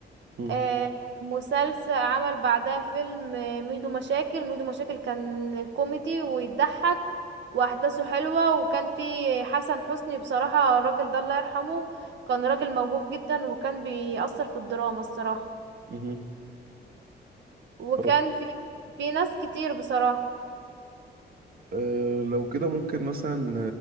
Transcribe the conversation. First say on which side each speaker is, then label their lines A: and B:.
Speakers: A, on the right; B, on the right.
A: مم.
B: آه، مسلسل عمل بعدها فيلم آه، ميدو مشاكل ميدو مشاكل كان كوميدي ويضحك واحداثه حلوة وكان فيه حسن حسني بصراحة الراجل ده الله يرحمه كان راجل موهوب جدا وكان بيأثر في الدراما الصراحة
A: مهم.
B: وكان
A: طب
B: في في ناس كتير بصراحة
A: أه لو كده ممكن مثلا